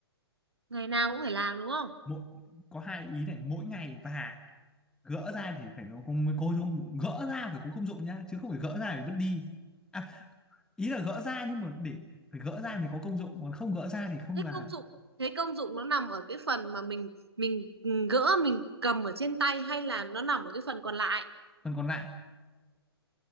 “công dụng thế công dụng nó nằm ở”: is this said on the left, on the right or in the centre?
Right